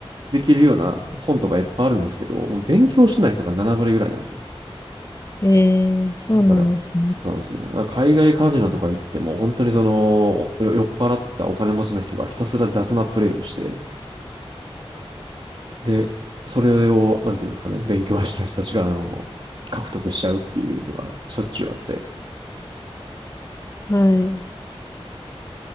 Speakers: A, on the right; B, on the left.
A: できるような本とかいっぱいあるんですけど、もう勉強してない人が7割ぐらいなんですよ。
B: えー、そうなんですね。
A: だから、そうなんですよ。だから海外カジノとか行っても、本当にその、お酔っ払ったお金持ちの人がひたすら雑なプレイをして、で、それを、なんていうんですかね、勉強してる人たちが、あの、獲得しちゃうっていうのがしょっちゅうあって、
B: は